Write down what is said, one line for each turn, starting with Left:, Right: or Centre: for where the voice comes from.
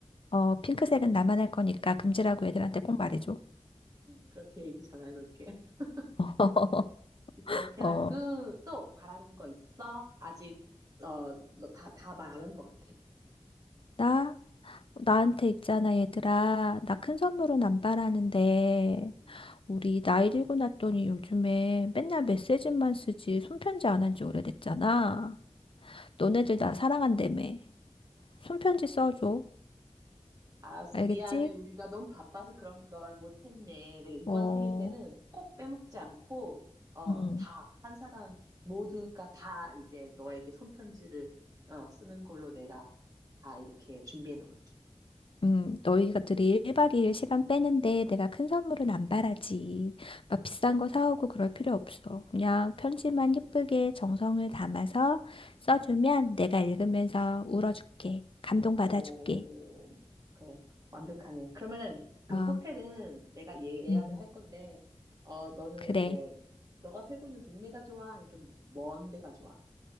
Left: 어, 핑크색은 나만 할 거니까 금지라고 애들한테 꼭 말해줘.
Right: 그렇게 얘기 전해놓을게. <laughs>
Left: <laughs>
Right: 그렇게
Left: 어,
Right: 하고 또 바라는 거 있어? 아직 어, 너 다, 다 말 안 한 것 같아.
Left: 나? 나한테 있잖아, 얘들아. 나 큰
Right: 음,
Left: 선물은 안 바라는데,
Right: 음.
Left: 우리 나이 들고 났더니 요즘에 맨날 메시지만 쓰지 손편지 안 한지 오래됐잖아.
Right: 음.
Left: 너네들 나 사랑한다며. 손편지 써줘.
Right: 알았어.
Left: 알겠지?
Right: 미안해. 우리가 너무 바빠서 그런 걸 못했네. 내가 이번
Left: 어,
Right: 생일 때는 꼭 빼먹지 않고, 어,
Left: 음.
Right: 다, 한 사람 모두가 다 이제 너에게 손편지를, 어, 쓰는 걸로 내가 다 이렇게 준비해 놓을게.
Left: 음, 너희들이 1박 2일 시간 빼는데 내가 큰 선물은 안 바라지. 막 비싼 거 사오고 그럴 필요 없어. 그냥 편지만 예쁘게 정성을 담아서 써주면
Right: 음.
Left: 내가 읽으면서 울어줄게. 감동받아줄게.
Right: 어, 그래. 완벽하네. 그러면은 그
Left: 아,
Right: 호텔은 내가 예- 예약을
Left: 음,
Right: 할 건데, 어, 너는
Left: 그래.
Right: 이제, 너가 살고 있는 동네가 좋아? 아니면 좀 먼 데가 좋아?